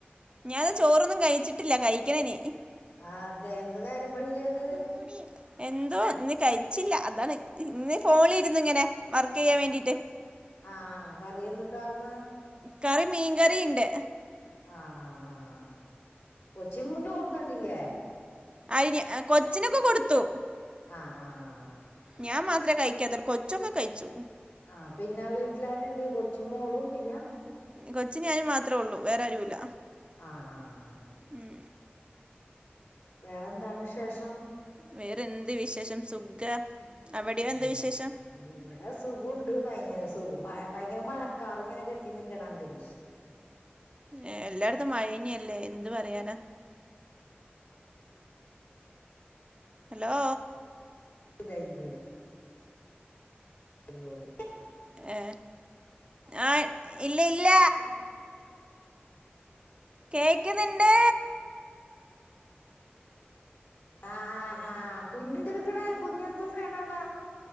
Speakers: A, on the right; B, on the left.
A: ഞാനൻത് ചോറൊന്നും കഴിച്ചിട്ടില്ല കഴിക്കണനി.
B: ആ തെ ന്ത നേരം വഴകിയത്?
A: കുടി എന്തോ ഇന്ന് കഴിച്ചില്ല അതാണ് ഇന്ന് ഫോണിരുന്നു. ഇങ്ങനെ വർക്ക് ചെയ്യാൻ വേണ്ടിട്ട്.
B: ആഹ് കറിയെന്തുട്ടാർന്ന്.
A: കറി മീൻകറിണ്ട്.
B: ആഹ് ആഹ് ആഹ് ആ ആ കൊച്ചും ചോർന്നിട്ടില്ലേ.
A: അയിന് കൊച്ചിനൊക്കെകൊടുത്തു.
B: ആഹ് ആഹ് ആഹ്. ആഹ് ആഹ്
A: ഞാൻ മാത്രേ കഴിക്കാത്ത് കൊച്ചൊക്കെ കഴിച്ചു.
B: ആഹ പിന്നെ വീട്ടിലാരുണ്ട് കൊച്ചുമോളും പിന്നെ.
A: കൊച്ചും ഞാനും മാത്രേള്ളൂ വേറെ ആരുല്ല.
B: ആഹ് ആഹ് ആഹ്.
A: ഉം.
B: വേറെന്താണ് വിശേഷം.
A: വേറെന്ത് വിശേഷം സുഖ അവിടെയെന്തൊ
B: ആഹ്
A: വിശേഷം.
B: ഇവിടെ സുഖുണ്ട് ഭയ സുഖം ഭയങ്കര മഴക്കാർ ഇങ്ങനെ കെട്ടി നിക്കണ അന്തരീക്ഷം.
A: ഏഹ് എല്ലായിടത്തും മഴയിനെല്ലേ എന്ത് പറയാനാ. അലോ.
B: അതായിരിക്കുല്ലേ. കോള്.
A: ഏ ആ ഇല്ല ഇല്ല.
B: ആ
A: കേക്കുന്നുണ്ട്.
B: ആഹ് ആഹ് കുഞ്ഞ് എന്ത് ഇട്ക്കാണ് കുഞ്ഞെ എന്തോേണ് അവിടെ.